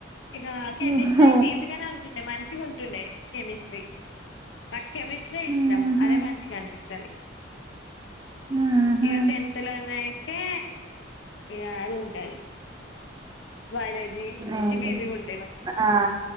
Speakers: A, on the left; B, on the right.
A: ఇక కెమిస్ట్రీ
B: ఓహో
A: అయి తీసుగానే ండే మంచిగా ఉంటుండే కెమిస్ట్రీ, నాకు కెమిస్ట్రీ ఇష్టం
B: ఆహా
A: అదే మంచిగా అనిపిస్తది.
B: ఆహా
A: ఇక టెంత్ లనేయి తె ఇక అది ఉంటది బయలజి
B: ఏంటి
A: ఇవి ఇజీ ఉంటాయి మ
B: ఆ